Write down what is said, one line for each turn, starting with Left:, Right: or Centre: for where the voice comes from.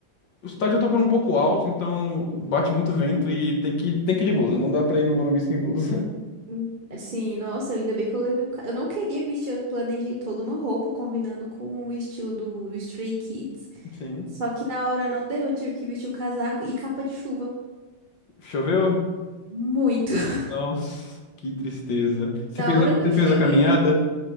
Left: O estádio também é um pouco alto, então bate muito vento e tem que, tem que ir de blusa. Não dá pra ir no Morumbi sem blusa.
Right: Hum. Assim, nossa, ainda bem que eu levei um. ca- Eu não queria vestir, eu planejei toda uma roupa combinando com o estilo do, do Stray Kids.
Left: <laughs> Sim.
Right: Só que na hora não deu, eu tive que vestir o casaco e capa de chuva.
Left: Choveu?
Right: Muito. <laughs>
Left: Nossa, que tristeza. Você
Right: Da
Left: fez
Right: hora
Left: a,
Right: que
Left: você
Right: eu cheguei.
Left: fez a caminhada?